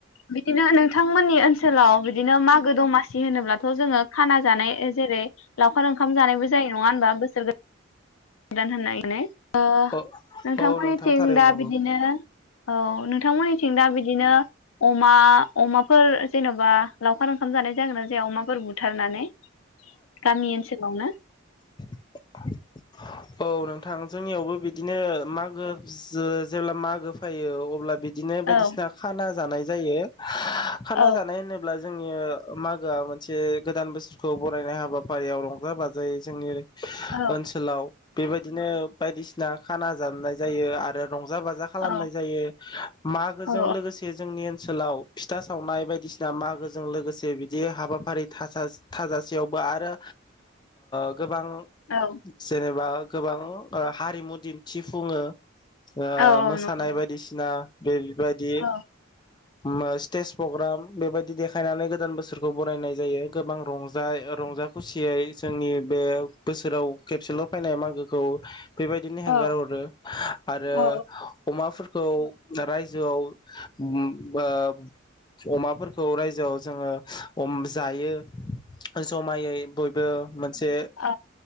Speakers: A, on the left; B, on the left.
A: बिदिनो नोंथांमोननिओन ओनसोलाव बिदिनो मागो दमासि दि होनोब्ला थ जोङो खानाय जेरै लावखार ओंखामबो जों आ होनबा बोसोर गो दान होननानै ओ
B: औ
A: नोंथांमोननिथिं
B: औ नोंथां थारैनो
A: दा
B: नंगौ
A: बिदिनो औ नोंथांमोननिथिं दा बिदिनो अमा अमाफोर जेनबा लावखार ओंखाम जानाय जागोन ना जाया अमाफोर बुथारनानै? गामि ओनस <unintelligible>
B: <unintelligible> औ नोंथां जोंनियावबो बिदिनो मागो जो जेब्ला मागो फायो अब्ला बिदि बिदिनो
A: औ
B: बायदिसिना खाना जानाय जायो खाना
A: औ
B: जानाय होनोब्ला जों जोंनि मागोआ मोनसे गोदान बोसोरखौ बरायनाय हाबाफारियाव रंजा बाजायै जोंनि ओरै
A: औ
B: ओनसोलाव बेबाय बिदिनो बायदिसिना खाना जाबनाय जायो आरो रंजा बाजा खालामनाय
A: औ
B: जायो मागोजों
A: औ
B: लोगोसे जोंनि ओन ओनसोलाव फिथा सावनाय बायदिसिना मागोजों लोगोसे बिदि हाबाफारि थाजास थाजासेयावबो आरो ओ गोबां
A: औ
B: जेनेबा गोबां ओ हारिमु दिन्थिफुङो ओ
A: औ
B: मोसानाय
A: नंगौ
B: बायदिसिना दे बायदि
A: औ
B: मा स्टेज पग्राम बेबायदि देखायनानै गोदान बोसोरखौ बरायनाय जायो गोबां रंजा रंजा खुसियै जोंनि बे बोसोराव खेबसेल फायनाय मागो <unintelligible> फोरबायदिनो हेंगार
A: औ
B: हरो आरो
A: औ
B: अमाफोर खौ रायजोआव ओम बो अमाफोरखौ रायजोआव जोङो अम जायो। जमायै बयबो। जे
A: औ